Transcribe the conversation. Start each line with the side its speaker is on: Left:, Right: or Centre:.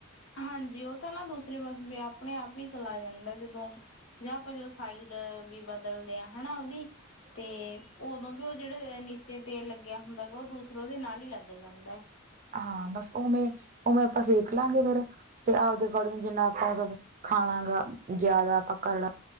Left: ਹਾਂਜੀ ਉਹ ਤਾਂ ਨਾ ਦੂਸਰੇ ਪਾਸੇ ਵੀ ਆਪਣੇ ਆਪ ਵੀਂ ਚਲਾ ਜਾਂਦਾ ਜਦੋਂ ਜਾਂ ਆਪਾਂ ਜੋ ਸਾਈਡ ਵੀ ਬਦਲਦੇ ਹਾਂ ਹਨਾਂ ਉਹਦੀ ਤੇ ਉਦੋਂ ਵੀ ਉਹ ਜਿਹੜੇ ਨੀਚੇ ਤੇਲ ਲੱਗਿਆ ਹੁੰਦਾਗਾ ਉਹ ਦੂਸਰਾ ਉਹਦੇ ਨਾਲ ਹੀ ਲੱਗ ਲੱਗ ਜਾਂਦਾ।
Right: ਹਾਂ ਬਸ ਉਵੇਂ ਉਵੇਂ ਆਪਾਂ ਸੇਖ ਲਾਂਗੇ ਫੇਰ ਤੇ ਆਪਦੇ ਅਕੋਰਡਿੰਗ ਜਿੰਨਾ ਆਪਾਂ ਖਾਣਾ ਗਾ ਜਿਆਦਾ ਆਪਾਂ ਕਰੜਾ,